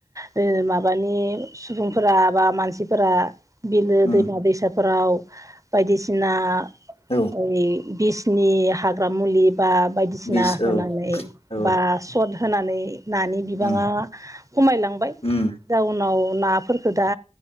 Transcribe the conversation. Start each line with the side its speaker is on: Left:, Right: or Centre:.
Right: ओ माबानि सुबुंफोरा बा मानसि मानसिफोरा बिलो
Left: उम
Right: दैमा दैसाफोराव बायदिसिना
Left: औ
Right: ओइ बिस नि हाग्रा मुलि बा बायदिसिना
Left: बिस
Right: होनानै
Left: औ औ
Right: बा सट होनानै नानि बिबाङा
Left: उम
Right: खमायलांबाय
Left: उम
Right: जाउनाव नाफोरखो दा